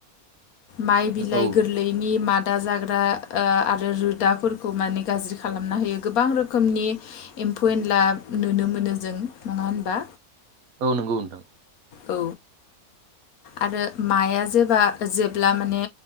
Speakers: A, on the left; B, on the right.
A: माइ बिलाइ
B: औ
A: गोरलैनि मादा जागोन <unintelligible> आरो रोदाफोरखौ माने गाज्रि खालामना होयो गोबां रोखोमनि एम्फौ एनला नुनो मोनो जों नङा होनबा
B: औ नंगौ नोंथां
A: औ आरो माइया जेबा जेब्ला माने